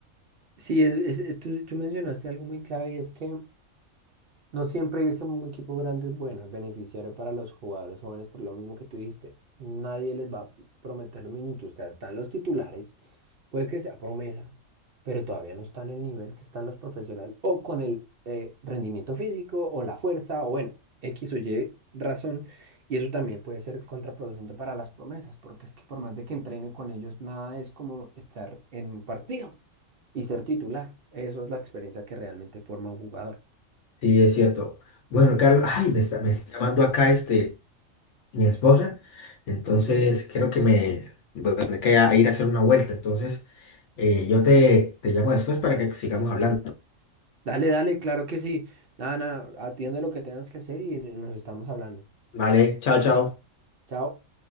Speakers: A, on the right (about 55°); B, on the left (about 65°).
A: sí es, es- es- tú, tú mencionaste algo muy clave y es que No siempre irse a un equipo grande es bueno, es beneficiario para los jugadores jóvenes por lo mismo que tú dijiste. Nadie les va a prometer los minutos. O sea, están los titulares, puede que sea promesa, pero todavía no están en el nivel que están los profesionales o con el eh, rendimiento físico o la fuerza o bueno, X o Y razón. Y eso también puede ser contraproducente para las promesas, porque es que por más de que entrenen con ellos, nada es como estar en un partido y ser titular. Eso es la experiencia que realmente forma un jugador.
B: Sí, es cierto. Bueno, Carlos, ay, me está, me está llamando acá este, mi esposa. Entonces,
A: Ujú.
B: creo que me voy a tener que a- ir a hacer una vuelta. Entonces, eh, yo te, te llamo después para que sigamos hablando.
A: Dale, dale, claro que sí. Nada, nada, atiende lo que tengas que hacer y nos estamos hablando.
B: Vale, chao, chao.
A: Chao.